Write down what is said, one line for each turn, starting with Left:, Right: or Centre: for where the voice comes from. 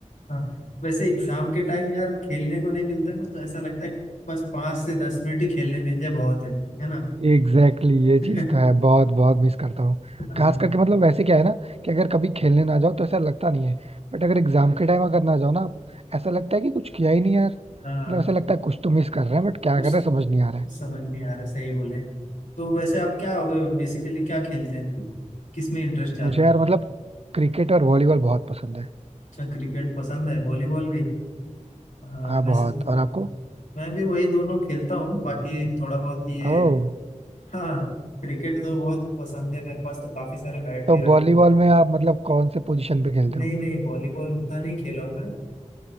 Left: हाँ वैसे एग्जाम के टाइम यार खेलने को नहीं मिलता है ना तो ऐसा लगता है कि बस पाँच से दस मिनट ही खेलने मिल जाए बहुत है है ना
Right: एग्जैक्टली exactly, ये
Left: <laughs>
Right: चीज तो है बहुत बहुत मिस करता हूँ
Left: हाँ
Right: खास करके मतलब वैसे क्या है ना कि अगर कभी खेलने ना जाओ तो ऐसा लगता नहीं है बट अगर एग्जाम के टाइम अगर ना जाओ ना ऐसा लगता है कि कुछ किया ही नहीं यार
Left: हाँ
Right: मतलब ऐसा लगता है कुछ तो मिस कर रहे हैं बट क्या
Left: कुछ
Right: कर रहे हैं समझ नहीं आ रहा है
Left: समझ नहीं आ रहा सही बोले तो वैसे आप क्या बेसिकली क्या खेलते हैं किस में इंटरेस्ट ज्यादा
Right: मुझे
Left: है
Right: यार मतलब क्रिकेट और वॉलीबॉल बहुत पसंद है
Left: अच्छा क्रिकेट पसंद है वॉलीबॉल भी हाँ
Right: हाँ
Left: वैसे
Right: बहुत
Left: तो
Right: और आपको
Left: मैं भी वही दोनों खेलता हूँ बाकी थोड़ा बहुत ये
Right: ओह
Left: हाँ क्रिकेट तो बहुत पसंद है मेरे पास तो काफी सारे बैट
Right: तो
Left: भी रखे
Right: वॉलीबॉल
Left: हुए हैं।
Right: में आप मतलब कौन से पोजीशन पे खेलते
Left: नहीं
Right: हो
Left: नहीं वॉलीबॉल उतना नहीं खेला हूँ मैं